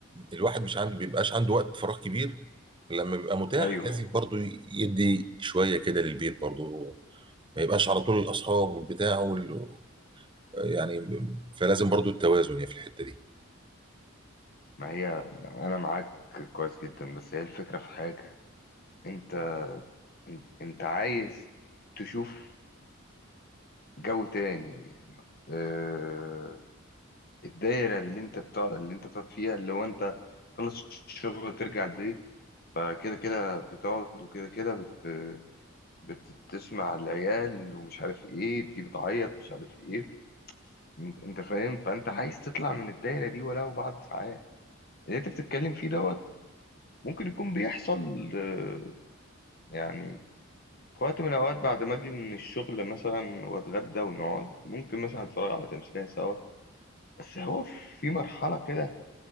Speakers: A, on the right; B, on the left.
A: الواحد مش عنده بيبقاش عنده وقت فراغ كبير لما بيبقى متاح
B: ايوه
A: لازم برضو يدي شوية كده للبيت برضو ما يبقاش على طول الأصحاب والبتاع وال... يعني فلازم برضو التوازن يعني في الحتة دي
B: ما هي انا معاك كويس جدا بس هي الفكره في حاجه انت انت انت عايز تشوف جو تاني آه، الدايره اللي انت بتاع اللي انت بتقعد فيها اللي هو انت خلص الشغل ترجع البيت فكده كده بتقعد وكده كده بت... بتسمع العيال ومش عارف ايه دي بتعيط مش عارف ايه انت انت فاهم فانت عايز تطلع من الدايره دي ولو بعد ساعات اللي انت بتتكلم فيه دوت ممكن يكون بيحصل آه، يعني في وقت من الاوقات بعد ما اجي من الشغل مثلا واتغدى ونقعد ممكن مثلا اتفرج على تمثيليه سوا بس هو في مرحله كده